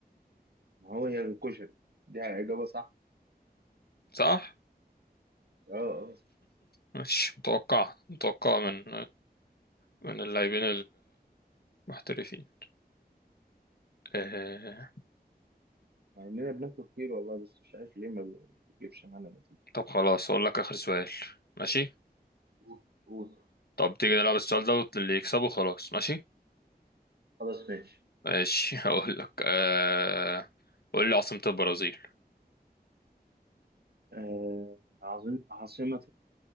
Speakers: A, on the right; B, on the left.
A: ما هو هي الكشري دي إجابة صح
B: صح
A: آه آه
B: مش متوقع متوقع من من اللاعبين المحترفين آه...
A: مع إننا بناكله كتير والله بس مش عارف ليه ما بيجيبش معانا نتيجة
B: طب خلاص اقول لك اخر سؤال ماشي
A: قول قول
B: طب تيجي نلعب السؤال ده واللي يكسبه خلاص ماشي
A: خلاص ماشي
B: ماشي <laughs> هقول لك آه... قول لي عاصمة البرازيل
A: آه عظيم عاصمة